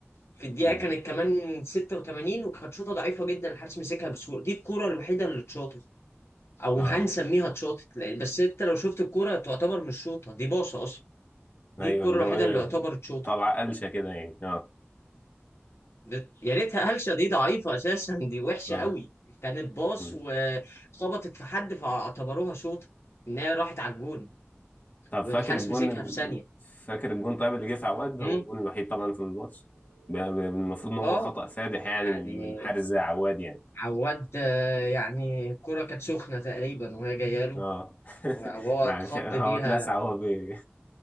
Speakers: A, on the left; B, on the left.
A: في الدقيقه
B: امم
A: كانت كمان 86 وكانت شوطه ضعيفه جدا الحارس مسكها بسهوله دي الكوره الوحيده اللي اتشاطت او
B: اه
A: هنسميها اتشاطت لأن- بس انت لو شفت الكوره تعتبر مش شوطه دي باصه اصلا دي
B: ايوه
A: الكوره
B: اللي
A: الوحيده
B: هو ايه
A: اللي يعتبر اتشاطت
B: طلع قلشه كده يعني اه
A: ده- يا ريتها هلشه دي ضعيفه اساسا دي وحشه
B: اه
A: قوي كانت باص
B: مم.
A: وخبطت في حد فاعتبروها شوطه ان هي راحت على الجون
B: طب
A: والحارس
B: فاكر الجون
A: مسكها
B: ال-
A: في ثانيه
B: فاكر الجون طيب اللي جه في عواد
A: مم.
B: هو الجون الوحيد طبعا في الماتش ب- ب- المفروض ان هو
A: اه
B: خطأ فادح يعني
A: يعني
B: من من حارس زي عواد يعني
A: عواد آه، يعني الكرة كانت سخنة تقريبا وهي جاية له
B: اه
A: وهو
B: <laughs> معلش
A: اتخض
B: هو
A: بيها
B: اتلسع وهو بي